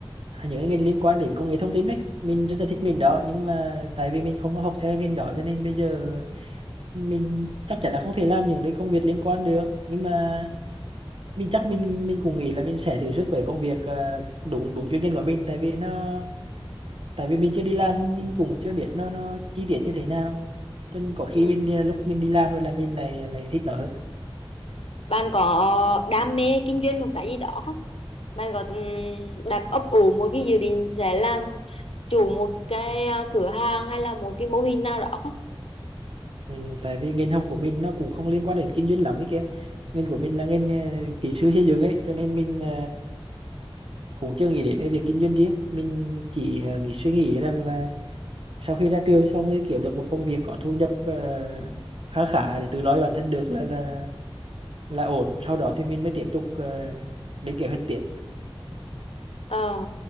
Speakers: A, on the right; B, on the left.
A: những cái ngành liên quan đến công nghệ thông tin đấy mình rất là thích ngành đó nhưng mà tại vì mình không có học theo ngành đó cho nên bây giờ mình chắc chắn là không thể làm những cái công việc liên quan được nhưng mà mình chắc mình mình cũng nghĩ là mình sẽ thử sức với công việc à, đúng đúng chuyên ngành của mình tại vì nó tại vì mình chưa đi làm nên cũng chưa biết nó nó chi tiết như thế nào cho nên có khi
B: ừ.
A: mình đi, lúc mình đi làm rồi là mình lại à, lại thích nó hơn
B: bạn có đam mê kinh doanh một cái gì đó không bạn có ừm, đặt ấp ủ một cái dự định sẽ làm chủ một cái ờ, cửa hàng hay là một cái mô hình nào đó không
A: ừ, tại vì ngành học của mình nó cũng không liên quan đến kinh doanh lắm ấy kia ngành của mình là ngành ờ, kỹ sư xây dựng ấy cho nên mình ờ, cũng chưa nghĩ đến cái việc kinh doanh riêng mình chỉ ờ, nghĩ suy nghĩ rằng là sau khi ra trường xong rồi kiếm được một công việc có thu nhập ờ, khá khá để tự lo cho bản thân được là là là ổn sau đó thì mình mới tiếp tục ờ, lên kế hoạch tiếp
B: Ờ,